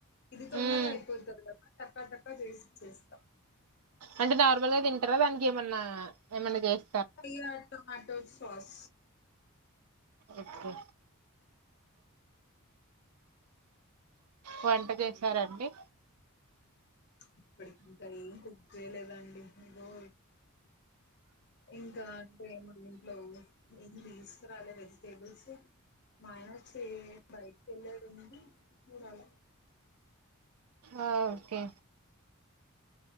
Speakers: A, on the left (about 50°); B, on the right (about 85°).
A: ఇది తొందరగా
B: ఉమ్
A: అయిపోతది కదా టకా టకా చేసి చేస్తాం
B: అంటే నార్మల్ గా తింటారా దానికి ఏమన్నా ఏమన్నా చేస్త
A: పయయా టమాటో సోస్
B: ఓకే వంట చేసారండి
A: ఇప్పటికి ఇంకా ఏం పెే లేదండి రో ఇంకా అంటే మా ఇంట్లో ఏం తీసుకురాలి వెజిటేబుల్స్ మాయ సేమ్ బైక్ల ర మూడాల
B: ఓకే